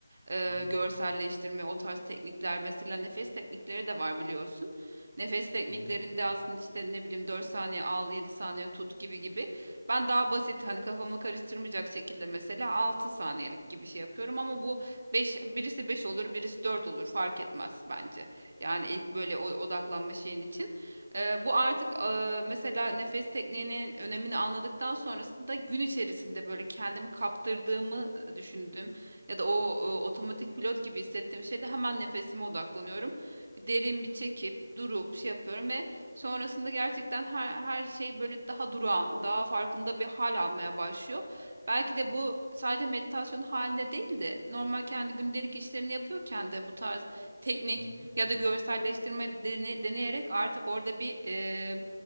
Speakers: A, on the right; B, on the left.
A: Ee,
B: hı hı,
A: görselleştirme o tarz teknikler mesela nefes teknikleri de var biliyorsun. Nefes tekniklerinde
B: hı hı,
A: aslında işte ne bileyim 4 saniye al 7 saniye tut gibi gibi. Ben daha basit hani kafamı karıştırmayacak şekilde mesela 6 saniyelik gibi şey yapıyorum ama bu 5 birisi 5 olur birisi 4 olur fark etmez bence. Yani ilk böyle o- odaklanma şeyin için. Ee, bu artık e, mesela nefes tekniğinin önemini anladıktan sonrasında gün içerisinde böyle kendimi kaptırdığımı düşündüm. Ya da o e, otomatik pilot gibi hissettiğim şeyde hemen nefesime odaklanıyorum. Bir derin bir çekip durup şey yapıyorum ve sonrasında gerçekten her, her şey böyle daha durağan, daha farkında bir hal almaya başlıyor. Belki de bu sadece meditasyon halinde değil de normal kendi gündelik işlerini yapıyorken de bu tarz teknik
B: hı hı,
A: ya da görselleştirme dene- deneyerek artık orada bir e,